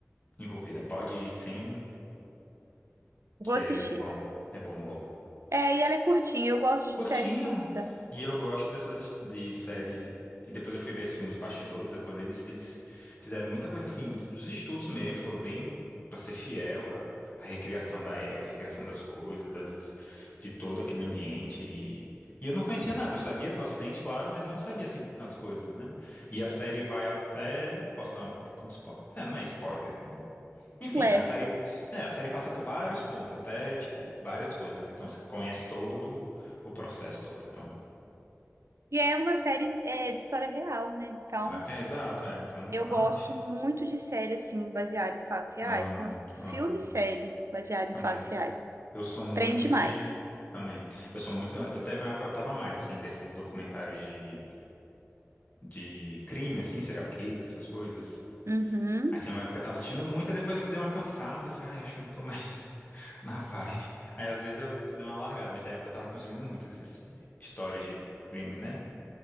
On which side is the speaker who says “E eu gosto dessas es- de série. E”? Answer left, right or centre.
Left